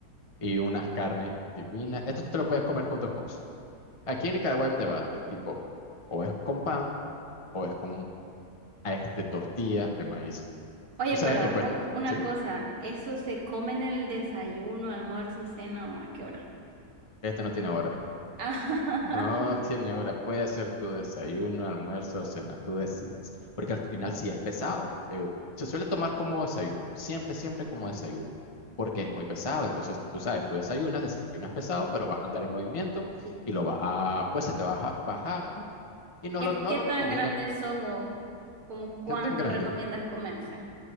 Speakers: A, on the left (about 25°); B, on the right (about 65°).
A: y unas carnes divinas. Esto te lo puedes comer con dos cosas. Aquí en Nicaragua hay un debate, tipo, o es con pan, o es con a este tortilla de maíz.
B: Oye,
A: Tú sabes
B: pero
A: que pues,
B: un- una
A: ¿sí?
B: cosa, ¿eso se come en el desayuno, almuerzo, cena o a qué hora?
A: Este no tiene hora.
B: <laughs> Ah,
A: No tiene hora. Puede ser tu desayuno, almuerzo o cena, tú decides. Porque al final sí es pesado. Eh, se suele tomar como desayuno, siempre, siempre como desayuno. Porque es muy pesado. Entonces, tú sabes, tú desayunas, desayunas pesado, pero va a andar en movimiento
B: ¿Y
A: y lo va a, pues se te va a bajar y no
B: qué,
A: lo, no
B: qué
A: lo
B: tan
A: recomiendan.
B: grandes son o como cuánto
A: ¿Qué tan grande?
B: recomiendas comerse?